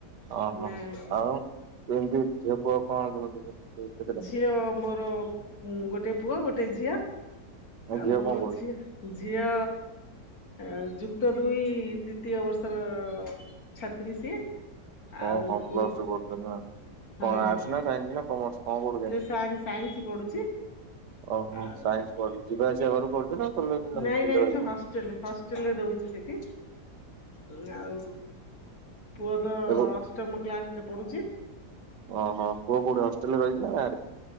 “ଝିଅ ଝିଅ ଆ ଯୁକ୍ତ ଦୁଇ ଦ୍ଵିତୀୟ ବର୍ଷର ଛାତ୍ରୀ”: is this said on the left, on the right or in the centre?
Left